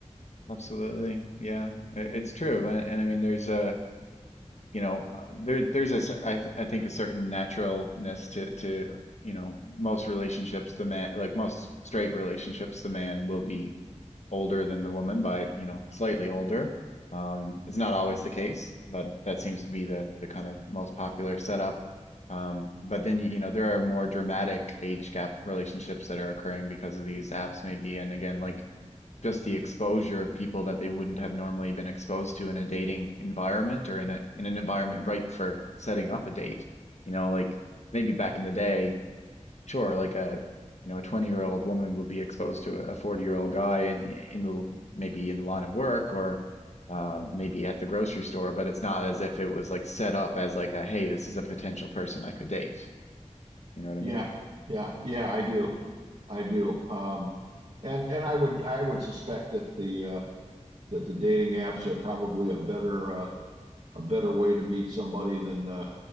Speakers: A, on the left; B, on the right.
A: Absolutely. Yeah, it, it's true. And, and I mean, there's a, you know, uh, there, there's a, cer- I, th I think a certain naturalness to, to, you know, most relationships, the man, like most straight relationships, the man will be older than the woman by, you know, slightly older. Um, it's not always the case, but that seems to be the the kind of most popular setup. Um, but then, you know, there are more dramatic age gap relationships that are occurring because of these apps, maybe. And again, like just the exposure of people that they wouldn't have normally been exposed to in a dating environment or in a in an environment ripe for setting up a date. You know, like maybe back in the day, sure, like a you know a 20 year old woman would be exposed to a 40 year old guy in in the maybe in the line of work or um, maybe at the grocery store, but it's not as if it was like set up as like a hey, this is a potential person I could date. You know what I
B: Yeah,
A: mean?
B: yeah, yeah, I do. I do. Um, and and I would I would suspect that the uh that the dating apps are probably a better uh a better way to meet somebody than uh